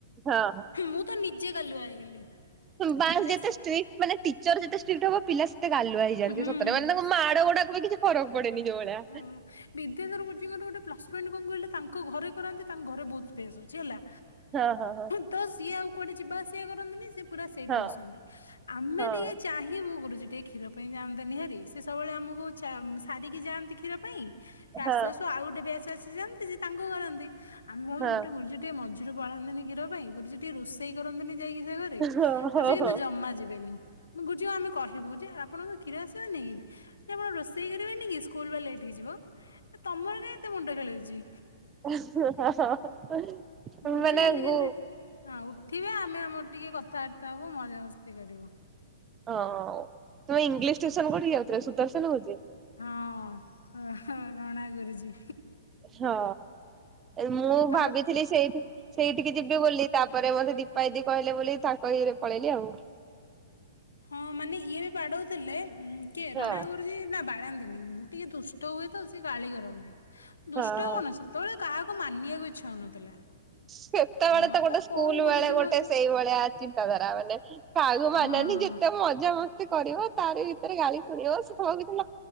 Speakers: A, on the right; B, on the left.
A: ହଁ
B: ମୁଁତ ନିଜେ ଗଲୁଆ ହେଇଗଲି।
A: ବାସ୍
B: ମାନେ
A: ଯେତେ ଷ୍ଟ୍ରିଟ୍ ମାନେ ଟିଚର ଯେତେ ଷ୍ଟ୍ରିଟ୍ ହବ ପିଲା ସେତେ ଗାଲୁଆ ହେଇଯାଆନ୍ତି
B: ହୁଁ
A: ସତରେ ମାନେ ତାଙ୍କ ମାଡ଼ ଗୁଡାକୁବି କିଛି ଫରକ୍ ପଡ଼େନି ଯୋଉ ଭଳିଆ।
B: ହୁଁ ବିଦ୍ୟାଧର ଗୁରୁଜୀଙ୍କ ଗୋଟିଏ ପ୍ଲସ ପଏଣ୍ଟ କଣ କହିଲ ତାଙ୍କ ଘରେ କରାନ୍ତି ତାଙ୍କ ଘରେ ବହୁତ୍ ସ୍ପେସ୍ ଅଛି ହେଲା।
A: ହଁ ହଁ ହଁ।
B: ତସିଏ ଆଉ କୁଆଡ଼େ ଯିବା ଆସିବା କରନ୍ତିୁନିସେ ପୁରା ସେଇଠି
A: ହଁ
B: ବସନ୍ତି ଆମେ
A: ହଁ
B: ଟିକେ ଚାହିଁବୁ ଗୁରୁଜୀ ଟିକେ କ୍ଷୀର ପାଇଁ ଯାଆନ୍ତେନି ହାରି ସେ ସବୁବେଳେ ଆମକୁ ଛା ସାରିକି ଯାଆନ୍ତି କ୍ଷୀର ପାଇଁ
A: ହଁ
B: ଆସୁ ଆସୁ ଆଉ ଗୋଟେ ବ ସେଆସି ଯାଆନ୍ତି ସେତାଙ୍କୁ କରନ୍ତି ଆମେ ଭାବୁ
A: ହଁ
B: ଗୋଟେ ଗୁରୁଜୀ ଟିକେ ମ ମଝିରୁ ପାଳନ୍ତିିନି କ୍ଷୀର ପାଇଁ ଗୁରୁଜୀ ଟିକେ ରୋଷେଇ କରନ୍ତି ଯାଇକି ସେ ଘ ସେଇ
A: ହଁ
B: ଗୁରୁଜୀ କିନ୍ତୁ
A: ହଁ ହଁ
B: ଜମା ଯିବେନି। ଗୁରୁଜୀଙ୍କୁ ଆମେ କହିବୁ ଯେ ଆପଣଙ୍କ କ୍ଷୀର ଆସିବନିକି ଯେଆପଣ ରୋଷେଇ କରିବେନିକି ସ୍କୁ ସ୍କୁଲବା ଲେଟ୍ ହେଇଯିବ ତମର ଏତେ କାଇଁ ମୁଣ୍ଡ ଖେଳଉଚି।
A: <unintelligible>
B: ଗୁରୁଜୀ
A: ମାନେ
B: ଖାଲି କେମିତି
A: ଗୁ
B: ହଁ ଉଠିବେ ଆମେ ଆମର ଟିକେ କଥାବାର୍ତ୍ତା ହବୁ ମଜାମସ୍ତି କରିବୁ।
A: ଓଉ ତୁ ଇଂଲିଶ ଟିଉସନ କୋଉଠିକି ଯାଉଥିଲ ସୁଦର୍ଶନ ଗୁରୁଜୀ।
B: ହଁ ରଣା ଗୁରୁଜୀ।
A: ହଁ ଏମୁଁ
B: ତମର
A: ଭାବିଥିଲି ସେଇଠି ସେଇଠିକି ଯିବି ବୋଲି ତାପରେ ମତେ ଦୀପାଦିଦି କହିଲେ ବୋଲି, ତାଙ୍କ ଇଏରେ ପଳେଇଲି ଆଉ।
B: ହଁ ମାନେ ଇଏ ବି ବାଡଉଥିଲେ କିଏ
A: ହଁ
B: ରଣା ଗୁରୁଜୀ ନା ବାଡ଼ାନ୍ତିନି ମୁଁ ଟିକେ ଦୁଷ୍ଟ ହୁଏ ତ, ସେ ଗାଳି କରନ୍ତି।
A: ହଁ
B: ଦୁଷ୍ଟ
A: ହଁ
B: କଣ ସେ ତବେଳେ କାହାକୁ ମାନିବାକୁ ଇଚ୍ଛା ହଉନଥିଲା।
A: ସେତେବେଳେ
B: ହଁ
A: ତ ଗୋଟେ ସ୍କୁଲ୍
B: କୋଉ ଗୁରୁଜୀ
A: ବେଳେ ଗୋଟେ
B: ମୋ
A: ସେଇଭଳିଆ ଚିନ୍ତାଧାରା। ମାନେ କାହାକୁ ମାନେନି
B: ହଁ
A: ଯେତେ ମଜା ମସ୍ତି କରିବ। ତାରି ଭିତରେ ଗାଳି ଶୁଣିଦବ। ସେ ସ- ଭିତରେ ଲ